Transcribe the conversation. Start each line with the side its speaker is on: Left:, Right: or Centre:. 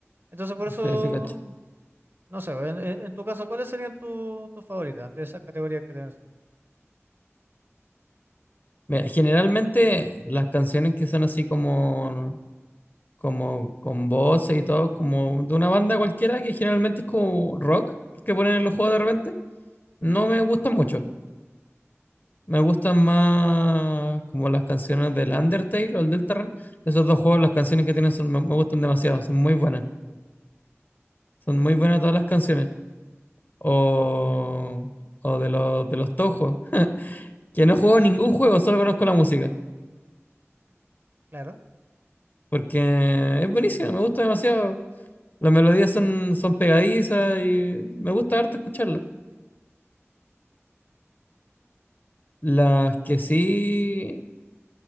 Right: Entonces, por eso,
Left: sí, sí, cacho.
Right: no sé, en, en- en tu caso, ¿cuáles serían tu- tus favoritas de esas categorías que te mencioné?
Left: Mira, generalmente las canciones que son así como como con voces y todo, como de una banda cualquiera que generalmente es como rock que ponen en los juegos de repente,
Right: Ujú,
Left: no me gustan mucho. Me gustan más como las canciones del Undertale o el Deltarune. Esos dos juegos, las canciones que tienen son- me, me gustan demasiado, son muy buenas. Son muy buenas
Right: eh,
Left: todas las canciones. O, o de los, de los Touhou, que no he jugado ningún juego, solo conozco la música,
Right: claro,
Left: porque es buenísima, me gusta demasiado. Las melodías son, son pegadizas y me gusta harto escucharlas. Las que sí,